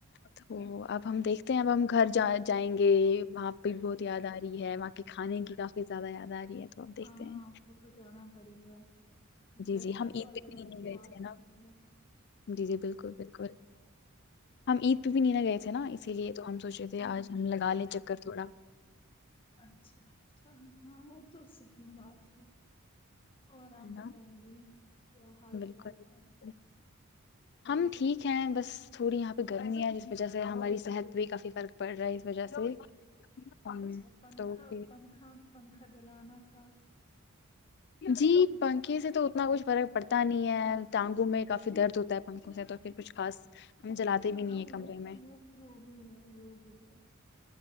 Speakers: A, on the left (about 50°); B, on the left (about 25°).
A: ا اب ہم دیکھتے ہیں اب ہم گھر جا جائیں گے وہاں بگ بہت د آ رہی ہے وہاں کے کھانے کی کافی زیادہ یاد آ رہی ہے تو اب دیکھتے
B: ہاں
A: ہیں
B: آپ کو تو جانا پڑے گا
A: جی
B: گھر
A: جی
B: کا
A: ہم عید
B: تو الگ
A: پہ بھی نہیں
B: ہی سواد
A: گئے تھے
B: ہوتا
A: نا
B: ہے
A: جی جی بالکل بالکل ہم عید پہ بھی نہیںنے گئے تھے نا اسی لیے تو ہم سوچے تھے آج ہم لگا لیں چکر تھوڑا
B: اچھا اچھا ہاں وہ تو صحی بات ہے اور
A: ہے
B: آپ
A: نا
B: بتائیے کیا حال
A: بالکل
B: چال ہے
A: ہم ٹھیک ہیں بس تھوڑی یہاں پہ گرمی ہے جس وجہ سے ہماری صحت پہ کافی فرق پڑ رہا ہے اس وجہ سے ہمم
B: اچھا پنکھا
A: تو پھر
B: پنکھا پنکھا جلانا تھا
A: جی <unintelligible> پنکے سے تو اتنا کچھ فرق پڑتا نہیں ہے ٹانگوں میں کافی درد ہوتا ہے پنکھوں سے تو پھر کچھ خاص ہم جلاتے بھی نہیں
B: ہاں
A: ہے کمرے
B: وہ
A: میں
B: وہ وہ بھی ہے وہ بھی ہے